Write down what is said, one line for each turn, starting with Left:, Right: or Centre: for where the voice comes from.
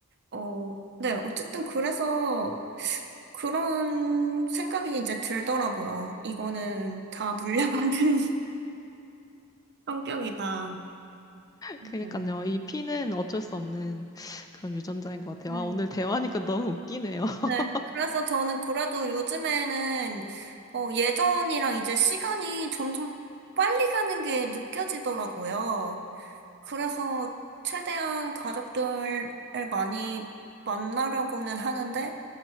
Right: 어, 네, 어쨌든 그래서 그런 생각이 이제 들더라고요. 이거는 다 물려받은 성격이다.
Left: 그러니까요.
Right: 어.
Left: 이 피는 어쩔 수 없는 그런 유전자인 것
Right: 네.
Left: 같아요. 아, 오늘 대화하니까 너무 웃기네요. <laughs>
Right: 네. 그래서 저는 그래도 요즘에는 어, 예전이랑 이제 시간이 점점 빨리 가는 게 느껴지더라고요. 그래서 최대한 가족들을 많이 만나려고는 하는데